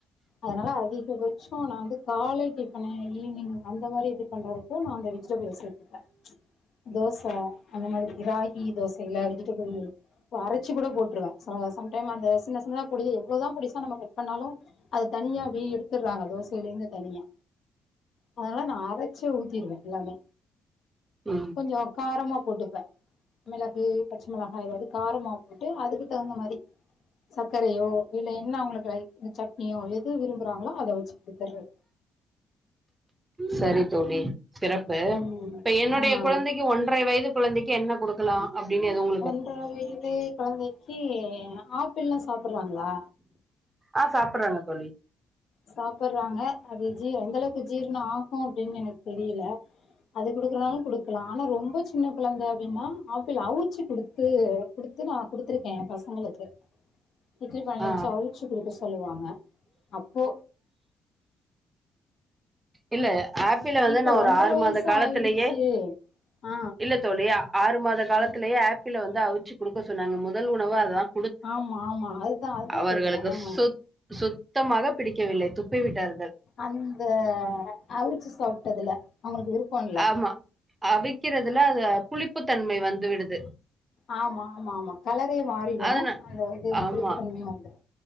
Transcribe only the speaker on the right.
ம்
சரி தோழி சிறப்பு
இப்ப என்னுடைய
கொழந்தைக் கி ஒன்றை வயது கொழந்தைக்கு என்ன குடுக்கலாம் அப்டினு எதுவும் ஊட்
ஆ சாப்பறாங்க தோழி
ஆ
இல்ல ஆப்பிள் வந்து
நான் ஒரு
ஆறு
மாத காலத்துலயே
இல்ல தோழி ஆறு மாத காலத்லேயே
ஆப்பிள் வந்து அவிச்சு கொடுக்க சொன்னாங்க முதல் உணவு அதான்
அவர்களுக்கு
சொ சுத்தமாக பிடிக்கவில்லை துப்பி விட்டார்கள்
ஆமா அவிக்கறதுல அது புளிப்புத்தன்மை வந்து விடுது
அதனா
ஆமா.